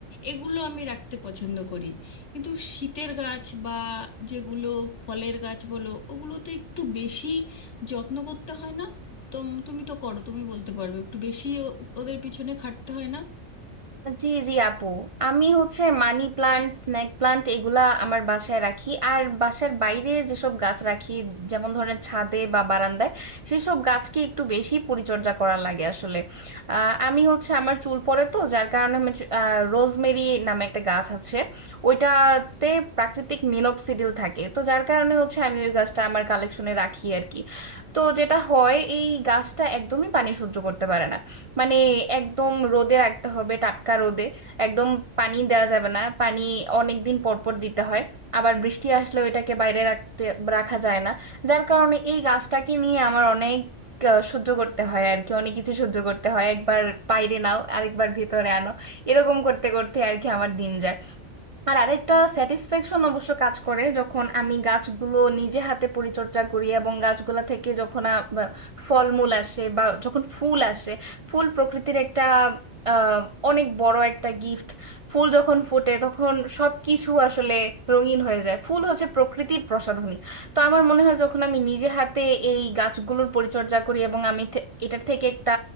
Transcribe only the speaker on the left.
এগুলো আমি রাখতে পছন্দ করি কিন্তু শীতের গাছ বা যেগুলো ফলের গাছ বলো ওগুলোতে একটু বেশি যত্ন করতে হয় না তো তুমি তো করো তুমি বলতে পারবে একটু বেশি ও- ওদের পিছনে খাটতে হয় না